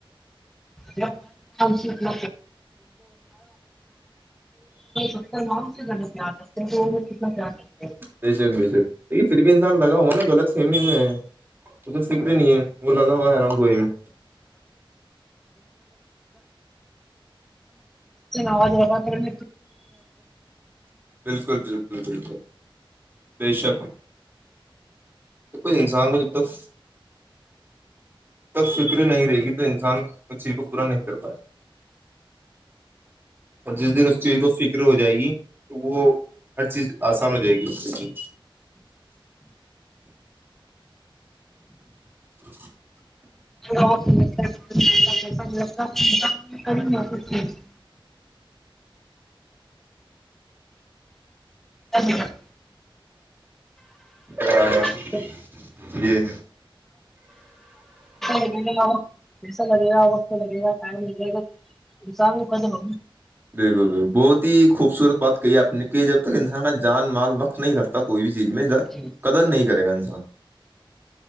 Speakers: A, in the centre; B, on the right.
A: جب ہم ست م ستر ما سے زدے پیار رکھتے ہیں تو انیں کتنا پیار رکھتا ہے
B: بے شک بے شک دیکھیے پھر بھی انسان لگا ہوا نا غط فیمی میں وہ تو فکر ہی نہیں ہے وہ لگا ہوا ہے ررام گوری میں
A: آاز کرن
B: بالکل بالکل بالکل بے شک ج کئی انسان کو جب تک تک فکر نہیں رہے گی تو انسان اس چیز کو پورا نہیں کر پائے اور جس دن اس چیز کو فکر ہو جائے گی تو وہ ہر چیز آسان ہو جائے گی اس چیز کی <unintelligible>
A: کر دنیہ واد
B: <unintelligible>
A: چ
B: کے لیے۔ یہ
A: لگے گا پیسا لگے گا وقت لگے گا ٹائم لگے گا ساو ک م
B: بالکل بال بہت ہی خوبصورت بات کہی ہے آپ نے کہ جب تک انسان کا جان مال وقت نہیں رکھتا کوئی بھی چیز میں ادھر
A: جی
B: قدر نہیں کرے گا انسان